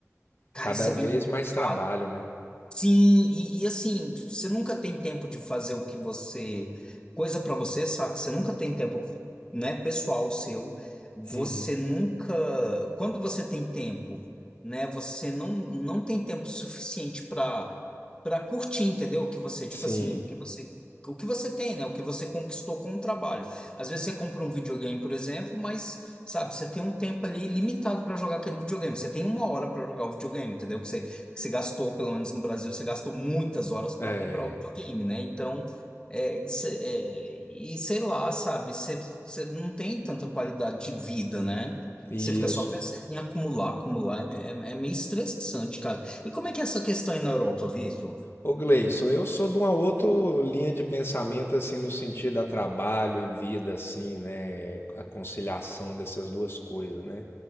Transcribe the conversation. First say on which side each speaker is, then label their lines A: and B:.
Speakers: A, on the left; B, on the left.
A: cara,
B: Cada
A: isso
B: vez
A: é bem complicado,
B: mais trabalho, né?
A: Sim, e, e assim, você nunca tem tempo de fazer o que você. Coisa pra você, saca? Você nunca tem tempo, né, pessoal seu. Você
B: Uhum.
A: nunca. Quando você tem tempo, né, você não, não tem tempo suficiente pra para curtir, entendeu? O que você, tipo
B: Sim.
A: assim, o que você. O que você tem, né? O que você conquistou com o trabalho. Às vezes você compra um videogame, por exemplo, mas, sabe, você tem um tempo ali limitado pra jogar aquele videogame. Você tem uma hora pra jogar o videogame, entendeu? que você gastou, pelo menos no Brasil, você gastou muitas horas para
B: É,
A: comprar o videogame, né? Então, é, isso, é, e sei lá, sabe, você, você não tem tanta qualidade de vida, né?
B: isso.
A: Você fica só pensando em acumular, acumular, é, é meio estressante, cara. E como é que é essa questão aí na Europa, Vitor?
B: Ô Gleison, eu sou de uma outra linha de pensamento, assim, no sentido a trabalho e vida, assim, né? A conciliação dessas duas coisas, né?